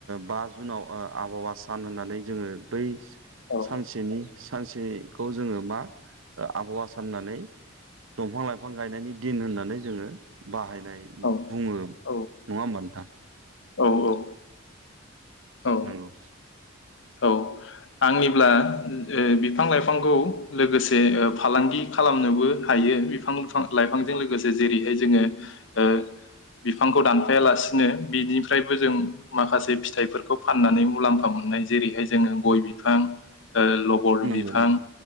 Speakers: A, on the right; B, on the left.
A: बा जुनाव आबहावा सान होननानै जोङो बै
B: औ
A: सानसेनि सानसे खौ जोङो मा आबहावा साननानै दंफां लाइफां गायनायनि दिन होननानै जोङो बाहाय
B: औ
A: बुङो नङा
B: औ
A: होमबा नोंथां
B: औ औ औ
A: नंगौ
B: औ आंनिब्ला बिफां लाइफांखौ लोगोसे फालांगि खालामनोबो हायो बिफांफां लाइफांजों लोगोसे जेरैहाय जोङो ओ बिफांखौ दानफायालासिनो बिनिफ्रायबो जों माखासे फिथाइफोरखौ फाननानै मुलाम्फा मोननाय जेरैहाय जोङो गय बिफां ओ लबर
A: नंगौ
B: बिफां
A: नंगौ